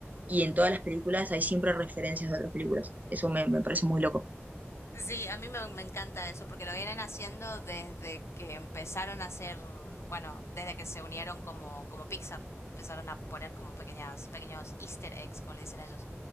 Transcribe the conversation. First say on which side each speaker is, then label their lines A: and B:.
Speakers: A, on the right; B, on the left.
A: y en todas las películas hay siempre referencias de otras películas. Eso me, me parece muy loco.
B: Sí, a mí me, me encanta eso, porque lo vienen haciendo desde que empezaron a hacer, bueno, desde que se unieron como, como Pixar. Empezaron a poner como pequeñas, pequeños easter eggs, como le dicen ellos,